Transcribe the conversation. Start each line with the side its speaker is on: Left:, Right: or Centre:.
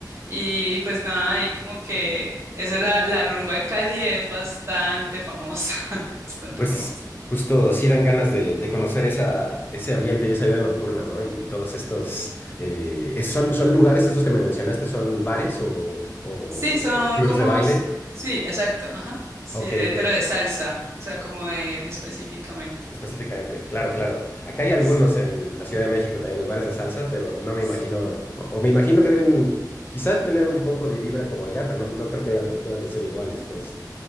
Right: Y, y pues nada, ahí como que esa es la, la rumba en Cali es bastante famosa, <laughs> bastante
Left: Pues
Right: famosa.
Left: justo sí dan ganas de, de conocer esa, ese ambiente y esa vida nocturna, ¿no? Y todos estos, eh, es- son, ¿son lugares esos que me mencionaste? ¿Son bares o, o
Right: Sí, son
Left: clubs
Right: como,
Left: de baile?
Right: s- sí, exacto, ajá, sí,
Left: Ok,
Right: de,
Left: ok,
Right: pero de salsa, o sea, como de, de específicamente.
Left: específicamente, claro, claro. Acá hay algunos
Right: Sí,
Left: en la Ciudad de México también, lugares de salsa, pero no me
Right: sí.
Left: imagino, o me imagino que deben quizás tener un poco de vibra como allá, pero no, no creo que deban de ser iguales, pues.